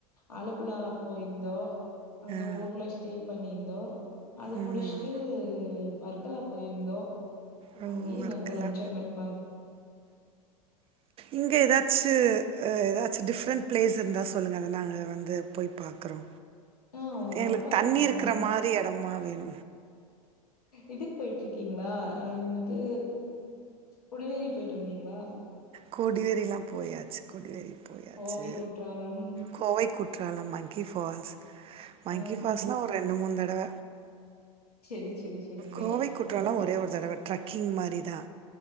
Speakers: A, on the left; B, on the right.
A: ஆலப்புழா போயிருந்தோ அங்க
B: அ
A: போட்ல ஸ்டே பண்ணியிருந்தோ அது
B: ம்.
A: முடிச்சுட்டு வர்க்கலா போயிருந்தோ
B: ஓ!
A: அங்கேயே
B: வர்க்கலா.
A: நல்லா என்ஜாய்மெண்
B: இங்க ஏதா ச்சு ஆ ஏதாச்சு டிஃப்ரெண்ட் பிளேஸ் இருந்தா சொல்லுங்க அத நாங்க வந்து போய் பாக்குறோ
A: ஆ
B: தே
A: வால்பாற
B: எங்களுக்கு தண்ணி
A: போங்க.
B: இருக்கிற மாரி எடமா வேணு
A: இதுக்கு போயிட்ருக்கீங்களா ஆ என் னது கொடிவேரி போயிட்டு வந்தீங்களா
B: கோடிவேரிலா போயாச்சு கொடிவேரி போயாச்சு
A: கோவை, குற்றாலம்.
B: கோவைக் கு ற்றாலம் மங்கி ஃபால்ஸ் மங்கி
A: ஆ
B: ஃபால்ஸ்னா ஒரு ரெண்டு மூணு தடவ
A: சரி, சரி, சரிங்க.
B: கோவை குற்றாலம் ஒரே ஒரு தடவ ட்ரக்கிங் மாரிதா